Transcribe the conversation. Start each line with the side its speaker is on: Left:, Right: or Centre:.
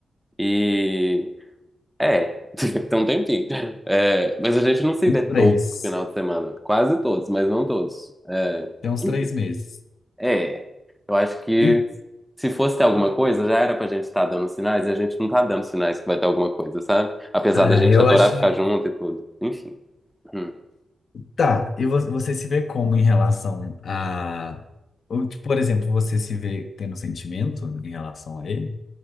Centre: E. É, <laughs> tem um tempinho. É, mas a gente não se
Left: Uns
Centre: vê
Left: Três.
Centre: todo final de semana. Quase todos, mas não todos. É,
Left: Tem uns
Centre: enfim,
Left: três meses.
Centre: é. Eu acho que
Left: E,
Centre: Se fosse ter alguma coisa, já era pra gente estar dando sinais e a gente não tá dando sinais que vai ter alguma coisa, sabe? Apesar
Left: ah,
Centre: da gente
Left: eu
Centre: adorar
Left: acho.
Centre: ficar junto e tudo. Enfim. Hum.
Left: Tá, e vo- você se vê como em relação a. Ou, tipo, por exemplo, você se vê tendo sentimento em relação a ele?